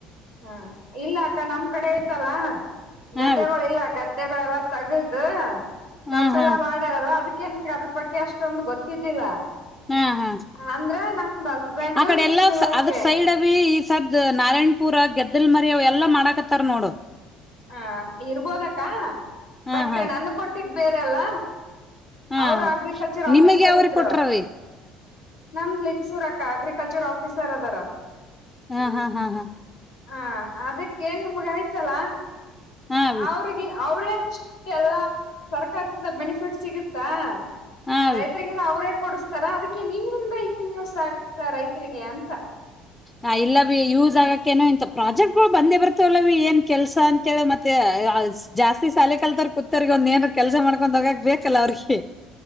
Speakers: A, on the left; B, on the left.
A: ಹಾ ಇಲ್ಲ ಅಕ್ಕ ನಮ್ ಕಡೆ ಆಯ್ತಲ್ಲ ಗದೆಗಳು
B: ಹಾ
A: ಇಲ್ಲ ಗದ್ ಗದ್ದೆಗಳೆಲ್ಲ ತಗದು ಕಬ್ಬೆಲ್ಲಾ
B: ಹಾ ಹಾ
A: ಮಾಡ್ಯಾರಲ್ಲ ಅದಕ್ ಅದ್ರ ಬಗ್ಗೆ ಅಷ್ಟೊಂದು ಗೊತ್ತಿದ್ದಿಲ್ಲ
B: ಹಾ ಹಾ
A: ಅಂದ್ರ ನಮ್ದ ಹಸ್ಬೆಂಡ್
B: ಆ ಕಡೆ
A: ಕೃಷಿ
B: ಎಲ್ಲಾ
A: ಇಲಾಖೆ
B: ಅದ್ರ ಸೈಡ್ ಅವಿ ಈ ಸದ್ ನಾರಾಯಣಪುರ ಗೆದ್ದಲ್ ಮರಿ ಅವ ಎಲ್ಲಾ ಮಾಡಾಕತ್ತಾರ ನೋಡು
A: ಹ ಇರ್ಬೋದಕ್ಕ
B: ಹಾ
A: ಬಟ್
B: ಹಾ
A: ನನ್ ಕೊಟ್ಟಿದ್ದ ಬೇರೆ ಅಲ್ಲ
B: ಹಾ
A: ಅವ್ರ
B: ಹಾ
A: ಅಗ್ರಿಕಲ್ಚರ್ ಆಫೀಸರ್
B: ನಿಮಗ್ ಯಾವ್ರಿ
A: ಇದ್ರ
B: ಕೊಟ್ರವಿ
A: ನಮ್ ಲಿಂಗಸೂರ್ ಅಕ್ಕ ಅಗ್ರಿಕಲ್ಚರ್ ಆಫೀಸರ್ ಆರದರ
B: ಹಾ ಹಾ ಹಾ ಹಾ
A: ಹ ಅದಕ್ಕೆ ನಿಮ್ಗ ಆಯ್ತಲ್ಲಾ
B: ಹಾ ಅವಿ
A: ಅವ್ರಿಗೆ ಅವ್ರೇ ಅಷ್ಟೆ ಎಲ್ಲಾ ಸರ್ಕಾರದಿಂದ ಬೆನಿಫಿಟ್ ಸಿಗುತ್ತಾ
B: ಹಾ ಅವಿ
A: ರೈತ್ರಿಗ ಅವ್ರೆ ಕೊಡಸ್ತಾರ ಅದಕ್ಕೆ ನಿಮ್ಮಿಂದ ಏನ್ ಯೂಸ ಆಗುತ್ತಾ ರೈತರಿಗೆ ಅಂತ
B: ಹ ಇಲ್ಲ ಬಿ ಯೂಸ್ ಆಗಕ್ಕೇನೋ ಇಂತ ಪ್ರಾಜೆಕ್ಟ್ ಬಳ ಬಂದೇ ಬರ್ತವಲ್ಲ ಬಿ ಏನ್ ಕೆಲ್ಸಾ ಅಂತೇಳ ಮತ್ತೆ ಜಾಸ್ತಿ ಸಾಲೆ ಕಲ್ತರ್ ಕುಂತೋರ್ಗೆ ಒಂದ ಏನ್ ಕೆಲ್ಸ ಮಾಡ್ಕೊಂಡ್ ಹೋಗಕ್ ಬೇಕಲ್ಲ ಅವ್ರಿಗೆ